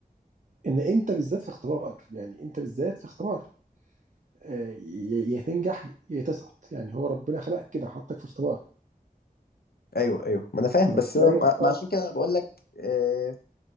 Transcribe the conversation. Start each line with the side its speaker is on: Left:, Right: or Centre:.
Right: ان انت بالذات في اختبار يعني انت بالذات في اختبار آه، يا يا تنجح يا تسقط يعني هو ربنا خلقك كده حطك في اختبار
Left: ايوه ايوه ما انا فاهم بس
Right: لا
Left: هو-
Right: ايوه
Left: ما ما
Right: اه
Left: عشان كده أنا بقول لك آه